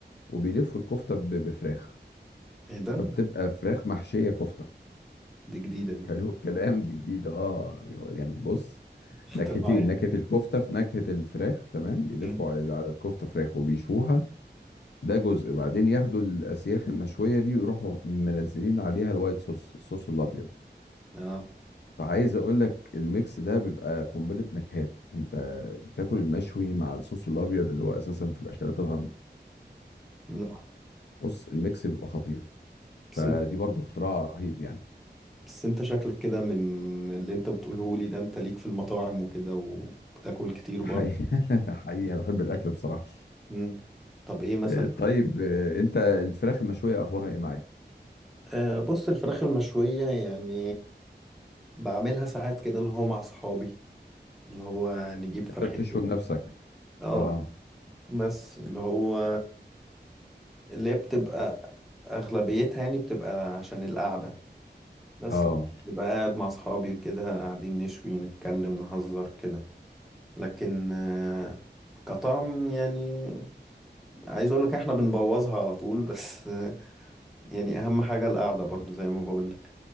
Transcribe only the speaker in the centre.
إيه ده؟
دي جديدة دي
<laughs> اختراع
يعني
مم.
آه
لا
بس
بس انت شكلك كده من اللي انت بتقوله لي ده انت ليك في المطاعم وكده وبتاكل كتير برضه
مم. طب ايه مثلا
آه بص الفراخ المشوية يعني بعملها ساعات كده اللي هو مع صحابي اللي هو نجيب فرختين
اه
بس اللي هو اللي هي بتبقى اغلبيتها يعني بتبقى عشان القعدة بس
نبقى قاعد مع صحابي وكده قاعدين نشوي نتكلم نهزر كده لكن آه كطعم يعني عايز اقول لك احنا بنبوظها على طول بس آه، يعني اهم حاجة القعدة برضو زي ما بقول لك